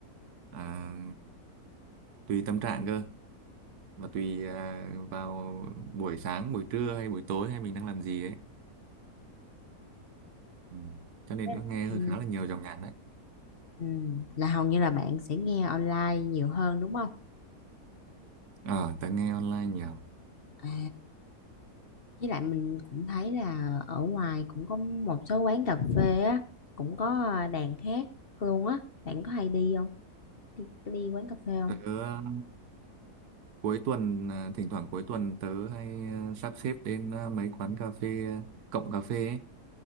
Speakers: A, on the right; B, on the left.
A: à, tùy tâm trạng cơ và tùy à, vào buổi sáng buổi trưa hay buổi tối hay mình đang làm gì ấy Ừ. Cho nên
B: Thế-
A: cũng nghe
B: ừ
A: hơi khá là nhiều dòng nhạc đấy.
B: ừ là hầu như là bạn sẽ nghe online nhiều hơn đúng không
A: Ờ, tớ nghe online nhiều.
B: à với lại mình cũng thấy là ở ngoài cũng có một số quán cà phê á cũng có à, đàn hát luôn á bạn có hay đi không đi, đi quán cà phê không
A: Tớ ờ, cuối tuần, ờ, thỉnh thoảng cuối tuần tớ hay ờ, sắp xếp đến ờ, mấy quán cà phê, ờ, cộng cà phê ấy.